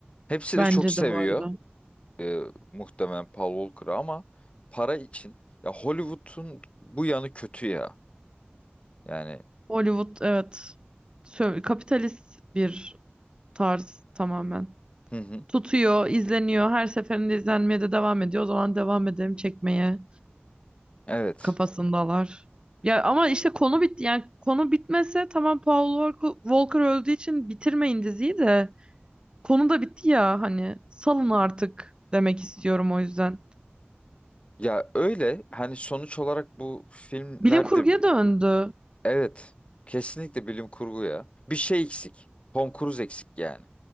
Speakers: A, on the left; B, on the right.
A: Hepsi
B: Bence
A: de çok seviyor
B: de bu arada.
A: e, muhtemelen Paul Walker'ı ama para için ya Hollywood'un bu yanı kötü ya. Yani
B: Hollywood evet. Sö- Kapitalist bir tarz tamamen.
A: hı hı,
B: Tutuyor, izleniyor. Her seferinde izlenmeye de devam ediyor. O zaman devam edelim çekmeye
A: evet.
B: kafasındalar. Ya ama işte konu bitti. Yani konu bitmese tamam Paul Walker, Walker öldüğü için bitirmeyin diziyi de. Konu da bitti ya hani salın artık demek istiyorum
A: Hı hı.
B: o yüzden.
A: Ya öyle hani sonuç olarak bu filmlerde
B: Bilim kurguya
A: bi-
B: döndü.
A: evet kesinlikle bilim kurgu ya. Bir şey eksik. Tom Cruise eksik yani.